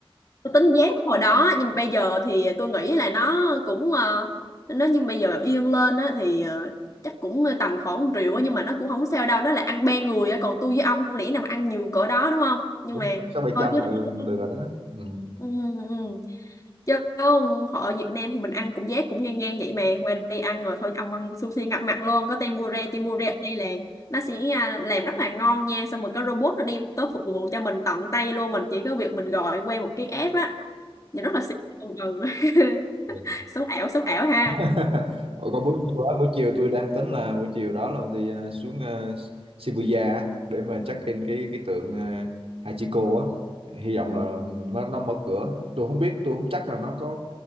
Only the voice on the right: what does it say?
Đúng,
sáu bảy
trăm
là
được rồi đó. Ừ.
À,
<laughs> Ủa, Còn buổi chiều á, buổi chiều tôi đang tính là buổi chiều đó là mình đi ờ, xuống ờ, Shibuya á, để mà check in cái cái tượng ờ, Hachiko á. Hy vọng là nó nó mở cửa. Tôi không biết, tôi không chắc là nó có